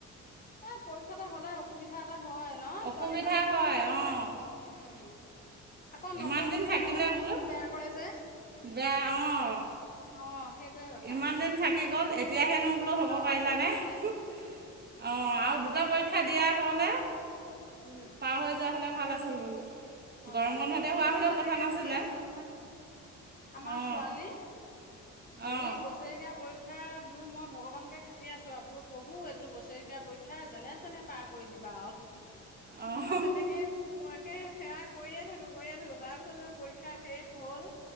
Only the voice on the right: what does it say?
অসুবিধা
হয়
অঁ
ইমান দিন
থাকিলে
বোলো
বেয়া অঁ
ইমান দিন থাকি গ'ল এতিয়াহেনো বোলো হ'ব
পাৰিলানে।
অ'
আৰু দুটা পৰীক্ষা দিয়া হ'লে
পাৰ হৈ যোৱা হ'লে ভাল আছিল বোলো।
গৰম বন্ধতে হোৱা
হ'লেও
কথা নাছিলে
অঁ
অঁ
অঁ